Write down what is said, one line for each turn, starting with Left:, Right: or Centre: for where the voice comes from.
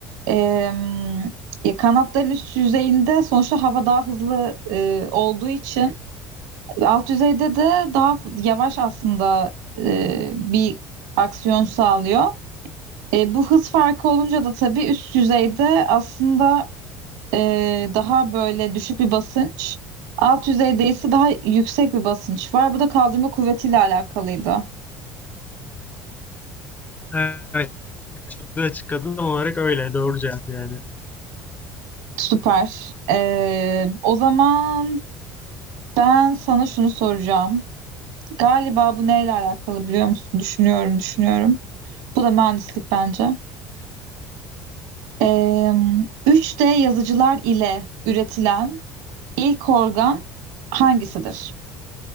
Right: Ee, ya kanatların üst yüzeyinde sonuçta hava daha hızlı e, olduğu için Alt düzeyde de daha f- yavaş aslında e, bir aksiyon sağlıyor. E, bu hız farkı olunca da tabii üst düzeyde aslında e, daha böyle düşük bir basınç. Alt düzeyde ise daha yüksek bir basınç var. Bu da kaldırma kuvvetiyle alakalıydı.
Left: Evet, çok güzel açıkladın ama olarak öyle. Doğru cevap yani.
Right: Süper. E, o zaman ben sana şunu soracağım. Galiba bu neyle alakalı biliyor musun? Düşünüyorum, düşünüyorum. Bu da mühendislik bence. Em, 3D yazıcılar ile üretilen ilk organ hangisidir?